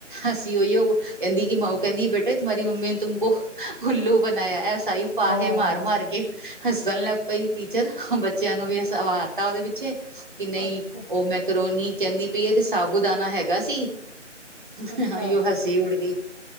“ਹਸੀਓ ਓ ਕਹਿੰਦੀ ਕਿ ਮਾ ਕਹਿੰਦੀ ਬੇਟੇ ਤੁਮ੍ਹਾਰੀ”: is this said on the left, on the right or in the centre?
Right